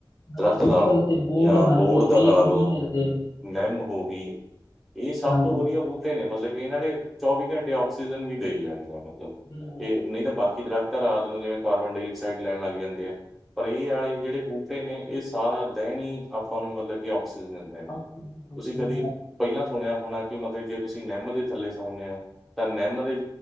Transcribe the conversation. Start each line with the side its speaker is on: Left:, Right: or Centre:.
Left: ਹਾਂਜੀ
Centre: ਦਰੱਖ਼ਤ
Left: ਪਿੱਪਲ
Centre: ਲਾ ਲਓ,
Left: ਤੇ ਬੋਰਡ
Centre: ਯਾ
Left: ਹਾਂਜੀ
Centre: ਬੋਡ ਦਾ ਲਾ
Left: ਇਹ
Centre: ਲਓ।
Left: ਨਹੀਂ ਮਿਲਦੇ
Centre: ਨਿੰਮ ਹੋ ਗਈ, ਇਹ ਸਭ
Left: ਹਾਂਜੀ
Centre: ਤੋਂ ਵਧੀਆ ਬੁ ਟੇ ਨੇ, ਮਤਲਬ ਕਿ ਇਹਨਾਂ ਨੇ, ਚੌਵੀ-ਘੰਟੇ ਔਕਸੀਜਨ ਵੀ ਦੇਈ ਜਾਣੀ, ਮਤਲਬ,
Left: ਹਾਂਜੀ
Centre: ਨਈ ਤੇ ਬਾਕੀ ਦਰੱਖਤ ਤਾਂ ਰਾਤ ਨੂੰ, ਜਿਵੇਂ ਕਾਰਬਨ ਡਾਈਆਕਸਾਈਡ ਲੈਣ ਲੱਗ ਜਾਂਦੇ ਆ, ਪਰ ਇਹ ਆਲੇ, ਜਿਹੜੇ ਬੂਟੇ ਤੇ ਨੇ, ਇਹ ਸਾਰਾ ਦਿਨ ਹੀ, ਆਪਾਂ ਨੂੰ ਮਤਲਬ ਕਿ ਔਕਸੀਜਨ ਐ
Left: ਹਾਂਜੀ
Centre: ਤੁਸੀਂ ਕਦੇ ਪਹਿਲਾਂ? ਸੁਣਿਆ ਹੋਣਾ, ਕਿ ਮਤਲਬ ਜੇ ਤੁਸੀਂ, ਨੀਮ ਦੇ ਥੱਲੇ ਸੌਉਂਣੇ ਹੋ ਤਾਂ ਨਿਮ ਦੇ